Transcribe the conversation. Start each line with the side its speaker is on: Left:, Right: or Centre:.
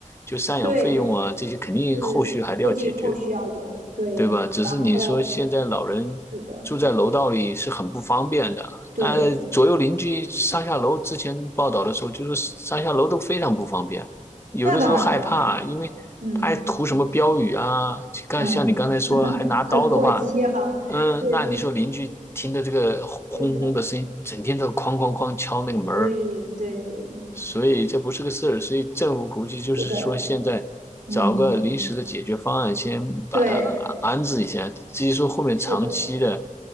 Left: 就赡养费用啊这些肯定后续还得要解决，
Right: 对，是估计后续要有对，
Left: 对吧？只是你说现在老人住在楼道里是很不方便的，
Right: 然后是的，对，
Left: 那左右邻居上下楼，之前报道的时候就说上下楼都非常不方便，有的时候害怕，
Right: 那当然了，
Left: 因为他还涂什么标语啊，
Right: 嗯
Left: 像像你刚才说还拿刀的话。
Right: 嗯，很过激哈，
Left: 嗯，
Right: <laughs> 对，
Left: 那你说邻居听着这个轰轰轰的声音，
Right: 是的，
Left: 整天都哐哐哐敲那个门儿，
Right: 对对，
Left: 所以这不是个事儿。所以政府估计就是说，
Right: 是的，
Left: 现在找个临时的解决方案，
Right: 嗯，
Left: 先把它安置一下。
Right: 对，
Left: 至于说后面长期的，
Right: 是的，